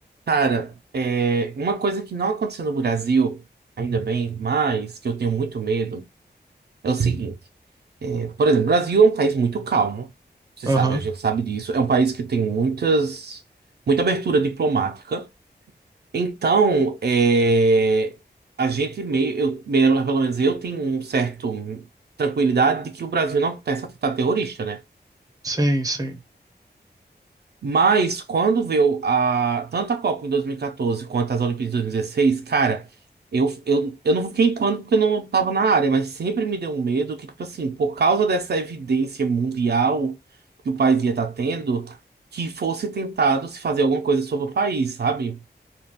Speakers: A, on the right; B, on the right.
A: Cara, é, uma coisa que não aconteceu no Brasil, ainda bem, mas que eu tenho muito medo, é o seguinte. é, por exemplo, o Brasil é um país muito calmo, você
B: Aham,
A: sabe, a gente sabe disso. É um país que tem muitas, muita abertura diplomática. Então, é, a gente meio, eu, meio, pelo menos eu tenho um certo tranquilidade de que o Brasil não começa a tentar terrorista, né?
B: Sim, sim.
A: Mas quando veio a, tanto a Copa em 2014 quanto as Olimpíadas de 2016, cara, eu, eu, eu não fiquei em pânico porque eu não tava na área, mas sempre me deu um medo que, tipo assim, por causa dessa evidência mundial que o país ia estar tendo, que fosse tentado se fazer alguma coisa sobre o país, sabe?